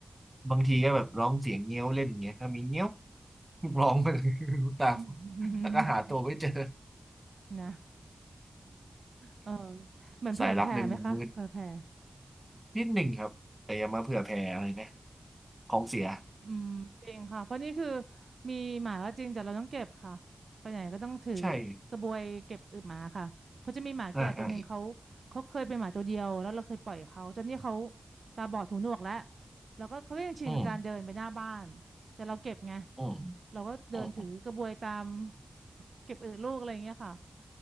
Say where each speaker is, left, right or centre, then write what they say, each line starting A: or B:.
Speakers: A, on the right; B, on the right.
A: บางทีก็แบบร้องเสียงเงี้ยวเล่นอย่างเงี้ยถ้ามีเงี้ยวร้องไปเลย <laughs> รู้ตาม
B: <laughs>
A: แล้วก็หาตัวไม่เจอ
B: นะเออเหมือนเผื่อแผ่ไหมคะเผื่อแผ่
A: สายลับในมุมมืดนิดหนึ่งครับแต่อย่ามาเผื่อแผ่อะไรนะของเสีย
B: อืมจริงค่ะเพราะนี่คือมีหมาก็จริงแต่เราต้องเก็บค่ะไปไหนก็ต้องถือ
A: ใช่
B: กระบวยเก็บอึหมาค่ะเพราะจะมีหมาแก่ตัวหนึ่งเขา
A: อ่าอ่าอีก
B: เขาเคยเป็นหมาตัวเดียวแล้วเราเคยปล่อยเขาจนนี่เขาตาบอดหูหนวกแล้วแล้วก็เขาก็ยังชินกับการเดินไปหน้าบ้านแต่เราเก็บไง
A: อืมอืม
B: เราก็เดินถือกระบวยตาม
A: อืมอ
B: เก็บอึลูกอะไรอย่างเงี้ยค่ะ